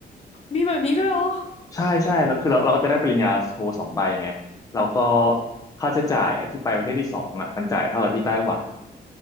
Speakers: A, on the left (about 40°); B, on the left (about 20°).
A: มีแบบนี้ด้วยเหรอ
B: ใช่ใช่แล้วคือเราเราก็จะได้ปริญญาโทสองใบไงแล้วก็ค่าใช้จ่ายอะที่ไปประเทศที่สองอ่ะมันจ่ายเท่ากับที่ไต้หวัน